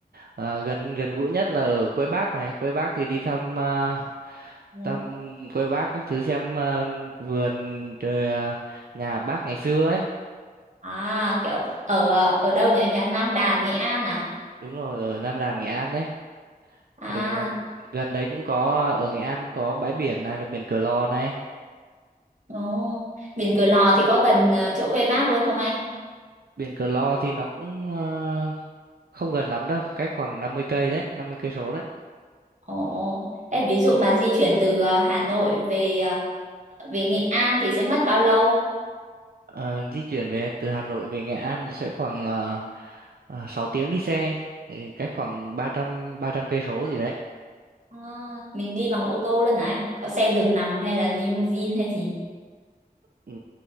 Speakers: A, on the right; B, on the right.
A: à, gần gần gũi nhất là ở Quế Bác này Quế Bác thì đi thăm à,
B: Ừ.
A: thăm Quế Bác các thứ xem à, vườn rồi à, nhà bác ngày xưa ấy
B: À, kiểu ở ờ, ở đâu nhỉ? Nhà Nam Đàn, Nghệ An à?
A: đúng rồi ở Nam Đàn Nghệ An đấy
B: À,
A: rồi à, gần đấy cũng có à, ở Nghệ An cũng có bãi biển này là biển Cửa Lò này
B: ồ. Biển Cửa Lò thì có gần ờ, chỗ quê bác luôn không anh?
A: biển Cửa Lò thì nó cũng à, không gần lắm đâu cách khoảng 50 cây đấy 50 cây số đấy
B: Ồ, thế ví dụ mà di chuyển từ ờ, Hà Nội về ờ, về Nghệ An thì sẽ mất bao lâu?
A: Ờ, di chuyển về từ Hà Nội về Nghệ An thì sẽ khoảng ờ, ờ, 6 tiếng đi xe thì cách khoảng ba trăm ba trăm cây số gì đấy
B: À, mình đi bằng ô tô luôn hả anh? Có xe giường nằm hay là limousine hay gì?
A: Ừ,